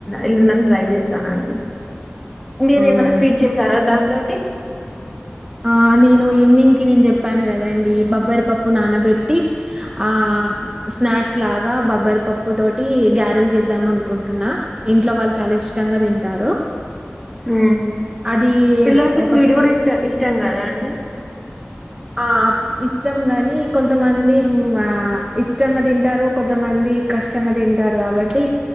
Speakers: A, in the centre; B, on the right (about 20°).
A: ఎల్లుండి అన్న ట్రై చేస్తానండి మీరు
B: అవునా
A: ఏమైనా స్వీట్ చేసారా దాని తోటి
B: ఆ నేను ఈవినింగ్ కి నేను చెప్పాను కదండి బబ్బరి పప్పు నానబెట్టి ఆ స్నాక్స్ లాగా బబ్బరి పప్పు తోటి గారెలు చేద్దాం అనుకుంటున్నా ఇంట్లో వాళ్ళు చాలా ఇష్టంగా తింటారు
A: హు
B: అది
A: పిల్లలకి
B: ఒక
A: స్వీట్ కూడా ఇష్ట ఇష్టం కదా అండి
B: ఆ ఇష్టం గాని కొంతమంది ఊ ఇష్టంగా తింటారు కొంతమంది కష్టంగా తింటారు కాబట్టి